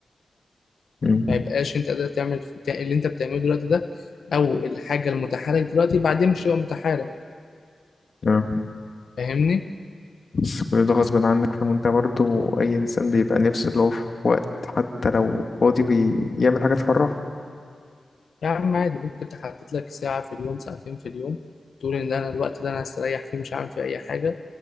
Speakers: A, on the left; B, on the left.
A: مم.
B: ما يبقاش انت قادر تعمل تا- اللي انت بتعمله دلوقتي ده او الحاجه المتاحه لك دلوقتي بعدين مش هتبقى متاحه لك
A: تمام
B: فاهمني
A: بس كل ده غصب عنك فاهم انت برضه اي انسان بيبقى نفسه اللي هو في وقت حتى لو فاضي بيعمل حاجه تفرحه
B: يا عم عادي ممكن تحدد لك ساعه في اليوم ساعتين في اليوم تقول ان ده انا الوقت ده انا هستريح فيه مش هعمل فيه اي حاجه